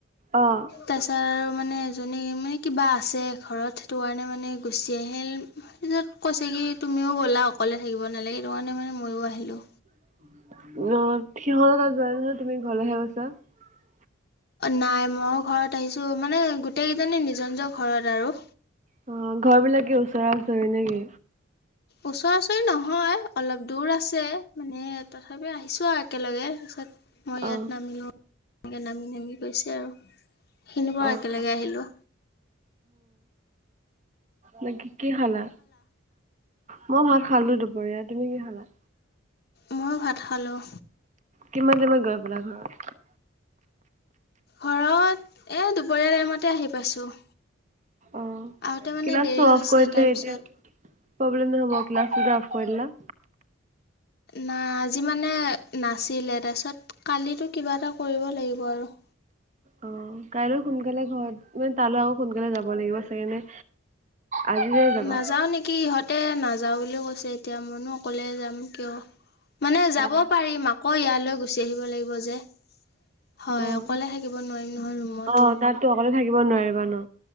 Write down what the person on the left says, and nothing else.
তাৰ পিছত আৰু মানে মানে কিবা আছে। ঘৰত সেইটো কাৰণে মানে গুচি আহিল কৈ-কি? তুমিও ব'লা অকলে থাকিব নালাগে। সেইটো কাৰণে মানে মইো আহিলোঁ।
নাই, মই ঘৰত আহিছো মানে গোটেই কেইজনী নিজৰ-নিজৰ ঘৰত আৰু।
ওচৰা ওচৰি নহয়, অলপ দূৰ আছে। মানে তথাপি আহিছো আৰু একেলগে। তাৰপিছত মই ইয়াত
নামি তেনেকে নামি-নামি গৈছে আৰু। সেইখিনিৰ পৰা
একেলগে আহিলো।
মই ভাত খালোঁ।
ঘৰত, এ দুপৰীয়া টাইমতে আহি পাইছোঁ।
আহোঁতে মানে
দেৰি
হৈছে
তাৰপিছত
নাই আজি মানে নাছিলে তাৰপিছত কালি কিবা এটা কৰিব লাগিব আৰু।
নাযাও নেকি, ইহঁতে নাযাও বুলিও কৈছে এতিয়া। মইনো অকলে যাম কিয়। মানে যাব
পাৰিম। আকৌ ইয়ালৈ গুচি আহিব লাগিব যে। হয়,
অকলে থাকিব নোৱাৰিম নহয় ৰুমত।